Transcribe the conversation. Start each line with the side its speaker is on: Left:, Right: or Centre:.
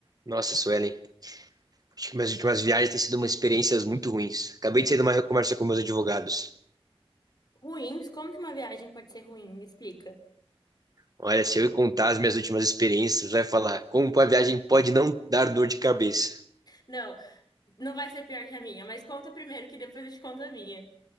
Right: Nossa, Suelen, acho que minhas últimas viagens têm sido umas experiências muito ruins. Acabei de sair de uma conversa com meus advogados.
Left: Ruins? Como que uma viagem pode ser ruim? Me explica.
Right: Olha, se eu contar as minhas últimas experiências, vai falar como a viagem pode não dar dor de cabeça.
Left: Não, não vai ser pior que a minha, mas conta primeiro que depois eu te conto a minha.